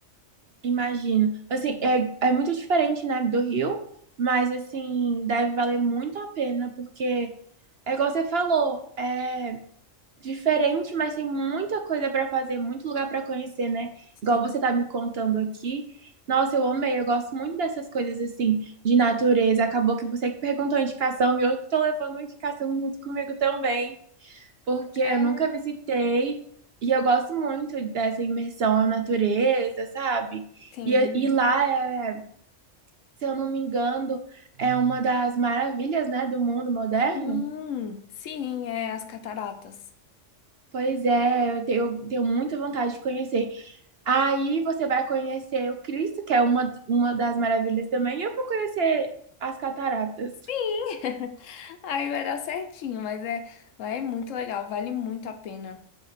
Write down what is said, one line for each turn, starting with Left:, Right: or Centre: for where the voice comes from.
Right: Imagino. Assim, é, é muito diferente, né, do Rio, mas, assim, deve valer muito a pena, porque é igual você falou, é diferente, mas tem muita coisa para fazer, muito lugar para conhecer, né? Igual
Left: Sim.
Right: você tá me contando aqui. Nossa, eu amei, eu gosto muito dessas coisas, assim, de natureza. Acabou que você que perguntou a indicação e eu que tô levando a indicação junto comigo também porque eu
Left: É,
Right: nunca visitei e eu gosto muito dessa imersão à natureza, sabe?
Left: tem.
Right: E, e lá, é, se eu não me engano, é uma das maravilhas, né, do mundo moderno.
Left: Sim, sim, é as cataratas.
Right: Pois é, eu tenho, eu tenho muita vontade de conhecer. Aí você vai conhecer o Cristo, que é uma, uma das maravilhas também, e eu vou conhecer as cataratas.
Left: Sim, <laughs> aí vai dar certinho, mas é, lá é muito legal, vale muito a pena.